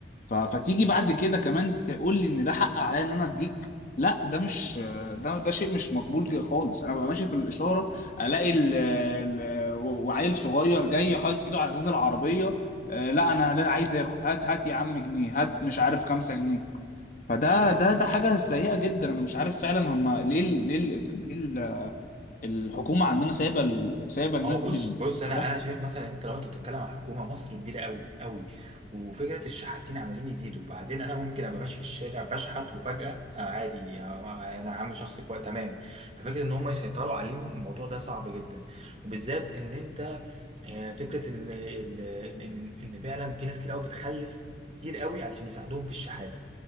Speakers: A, on the left (about 45°); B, on the right (about 35°).
A: ف- فتيجي بعد كده كمان تقول لي ان ده حق عليا ان انا اديك لا ده مش ده ده شيء مش مقبول جدا خالص انا ببقى ماشي في الاشاره الاقي ال ال وعيل صغير جاي حاطط ايده على ازاز العربيه آه، لا انا لا عايز اخد هات هات يا عم جنيه هات مش عارف 5 جنيه فده ده ده حاجة سيئة جدا انا مش عارف فعلا هم ليه ال- ليه ال- ليه ال- الحكومة عندنا سايبة ال- سايبة الناس
B: هو بص
A: دي بال-
B: بص انا
A: ده
B: انا شايف مثلا انت لو انت بتتكلم عن حكومه مصر كبيره قوي قوي وفكره الشحاتين عمالين يزيدوا وبعدين انا ممكن ابقى ماشي في الشارع بشحت وفجاه آه عادي آه انا عم شخصي كويس تمام ففكره ان هم يسيطروا عليهم الموضوع ده صعب جدا وبالذات ان انت آه، فكره ان ان ان إن فعلا في ناس كتير قوي بتخلف كتير قوي علشان يساعدوهم في الشحاته